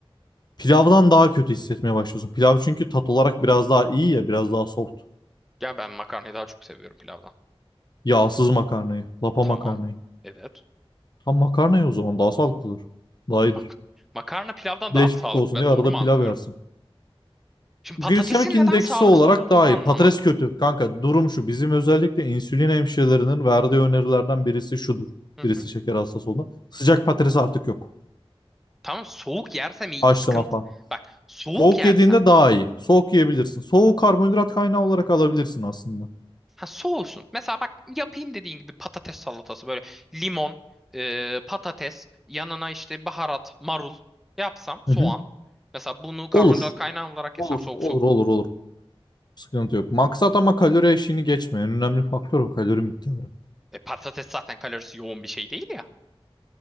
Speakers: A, on the left; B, in the centre.
A: Pilavdan daha kötü hissetmeye başlıyorsun. Pilav çünkü tat olarak biraz daha iyi ya, biraz daha soft.
B: Ya ben makarnayı daha çok seviyorum pilavdan.
A: Yağsız makarnayı, lapa
B: Tamam.
A: makarnayı.
B: Evet.
A: Tam makarnayı o zaman daha sağlıklıdır. Daha iyidir.
B: Mak makarna pilavdan
A: Değişiklik
B: daha mı sağlıklı?
A: olsun
B: Ben
A: diye
B: doğru
A: arada
B: mu anlıyorum?
A: pilav yersin.
B: Şimdi patatesin
A: Glisemik indeksi
B: neden sağlıksız
A: olarak
B: olduğunu
A: daha
B: anlamadım.
A: iyi. Patates kötü. Kanka durum şu. Bizim özellikle insülin hemşirelerinin verdiği önerilerden birisi şudur.
B: Hı hı.
A: Birisi şeker hastası olan. Sıcak patates artık yok.
B: Tamam soğuk yersem iyi
A: Haşlama
B: sıkıntı.
A: falan.
B: Bak soğuk
A: Soğuk
B: yersem.
A: yediğinde daha iyi. Soğuk yiyebilirsin. Soğuğu karbonhidrat kaynağı olarak alabilirsin aslında.
B: Ha soğusun. Mesela bak yapayım dediğin gibi patates salatası böyle limon, e, patates, yanına işte baharat, marul yapsam soğan.
A: Hı hı.
B: Mesela bunu karbonhidrat
A: Olur.
B: kaynağı olarak
A: Olur,
B: yesem soğuk
A: olur,
B: soğuk.
A: olur, olur. Sıkıntı yok. Maksat ama kalori eşiğini geçme. En önemli faktör o kalori miktarı.
B: E, patates zaten kalorisi yoğun bir şey değil ya.